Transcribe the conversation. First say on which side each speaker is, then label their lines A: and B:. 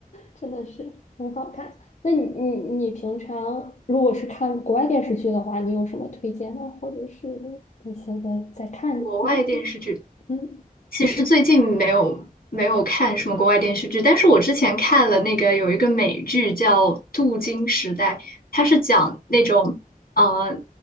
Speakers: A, on the left; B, on the left.
A: 真的是很好看。那你你你平常如果是看国外电视剧的话，你有什么推荐的，或者是你现在在看那部？
B: 国外电视剧。
A: 嗯
B: 其实最近没有没有看什么国外电视剧，但是我之前看了那个有一个美剧叫《镀金时代》，它是讲那种呃